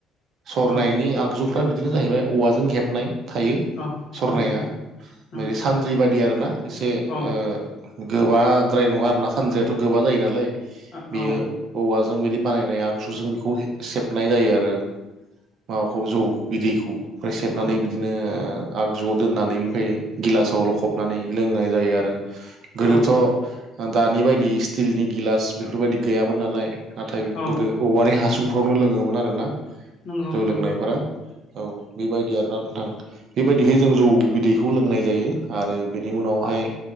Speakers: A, on the right; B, on the left.
A: सरनायनि
B: औ
A: आगजु फ्रा बिदिनो जाहैबाय औवाजों हेबनाय थायो
B: औ
A: सरनाया
B: औ
A: ओ
B: नंगौ
A: सानद्रि बादि आरोना एसे
B: औ
A: ओ गोबाद्राय नङा आरोना सानद्रियाथ' गोबा जायो नालाय
B: औ
A: बेयो औवाजों बिदि बानायनाय आगजुजों बेखौ सेबनाय जायो आरो। माबाखौ जौ बिदैखौ ओमफ्राय सेबनानै
B: औ
A: बिदिनो आगजुआव दोननानै ओमफ्राय गिलासाव लखबनानै लोंनाय जायो आरो आरो गोदोथ'
B: औ
A: दानि बायदि स्टिलनि गिलास बेफोरबायदि गैयामोन नालाय नाथाय
B: औ
A: गोदो औवानि हासुंफ्रावनो लोङोमोन आरोना
B: नंगौ
A: जौ
B: नंगौ
A: लोंनायफोरा औ बेबायदि आरोना नोंथां बेबायदिहै जों जौ बिदैखौ लोंनाय जायो आरो बेनि उनावहाय